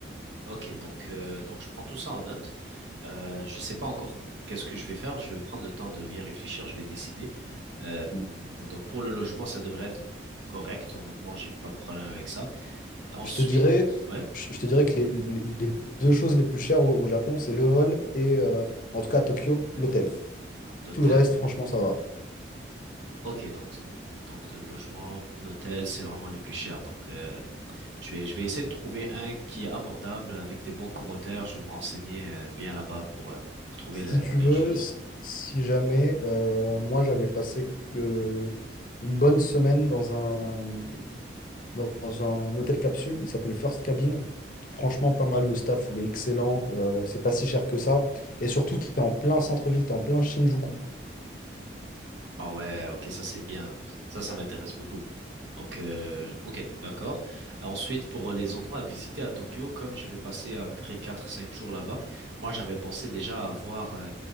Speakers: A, on the right; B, on the left.
A: ok. Donc, euh, donc, je prends tout ça en note. Euh, je sais pas encore qu'est-ce que je vais faire. Je vais prendre le temps de bien réfléchir. Je vais décider. Euh,
B: Mm.
A: donc, pour le logement, ça devrait être correct. Honnêtement, j'ai pas de problème avec ça. Ensuite,
B: Je te dirais,
A: ouais,
B: je je te dirais que les, les- les deux choses les plus chères au, au Japon, c'est le vol et, euh, en tout cas à Tokyo, l'hôtel.
A: l'hôtel.
B: Tout le reste, franchement, ça va.
A: Ok, donc donc le logement, l'hôtel, c'est vraiment les plus chers. Donc euh, je vais je vais essayer de trouver un qui est abordable avec des bons commentaires. Je vais me renseigner euh, bien là-bas pour euh, pour trouver
B: Si
A: la,
B: tu
A: la meilleure
B: veux,
A: chose.
B: s- si jamais, euh, moi j'avais passé euh, une bonne semaine dans un, dans, dans un hôtel capsule, il s'appelle First Cabin. Franchement, pas mal, le staff, il est excellent, euh, c'est pas si cher que ça. Et surtout, tu es en plein centre-ville, tu es en plein Shinjuku,
A: Ah ouais, ok, ça c'est bien. Ça, ça m'intéresse beaucoup. Donc, euh, ok, d'accord. Ensuite, pour les endroits à visiter à Tokyo, comme je vais passer à peu près quatre cinq jours là-bas, moi j'avais pensé déjà à voir euh,